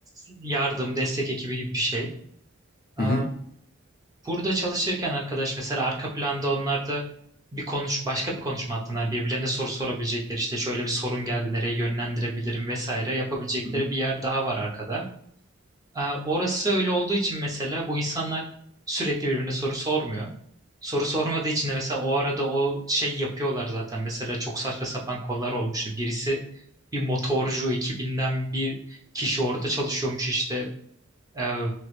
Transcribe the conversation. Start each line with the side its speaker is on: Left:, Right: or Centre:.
Right: yardım, destek ekibi gibi bir şey.
Left: Hı
Right: Ee,
Left: hı.
Right: burada çalışırken arkadaş mesela arka planda onlar da bir konuş başka bir konuşma hattından birbirlerine soru sorabilecekleri işte şöyle bir sorun geldi nereye yönlendirebilirim vesaire yapabilecekleri
Left: Hı hı.
Right: bir yer daha var arkada. Ee, Orası öyle olduğu için mesela bu insanlar sürekli birbirine soru sormuyor. Soru sormadığı için de mesela o arada o şey yapıyorlar zaten. Mesela çok saçma sapan konular olmuştu. Birisi bir motorcu ekibinden bir kişi orada çalışıyormuş işte Ee,